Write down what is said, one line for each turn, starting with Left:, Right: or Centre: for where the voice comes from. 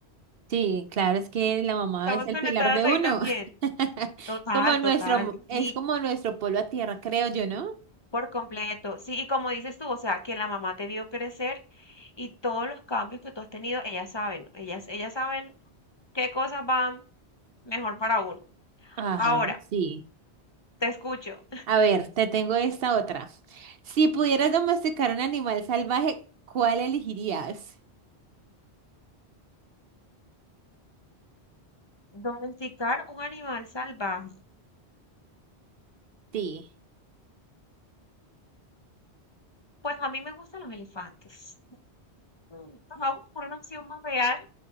Right: Sí, claro, es que la mamá
Left: Estamos
Right: es el
Left: conectadas
Right: pilar de
Left: ahí
Right: uno.
Left: también.
Right: <laughs> Es
Left: Total,
Right: como nuestro,
Left: total.
Right: es
Left: Y
Right: como nuestro polo a tierra, creo yo, ¿no?
Left: por completo. Sí, y como dices tú, o sea, que la mamá te vio crecer y todos los cambios que tú has tenido, ellas saben, ellas, ellas saben qué cosas van mejor para uno.
Right: Ajá,
Left: Ahora,
Right: sí.
Left: te escucho.
Right: A ver, te tengo esta otra. Si pudieras domesticar un animal salvaje, ¿cuál elegirías?
Left: Domesticar un animal salvaje.
Right: Sí.
Left: Pues a mí me gustan los elefantes. Mm, Vamos por una opción más real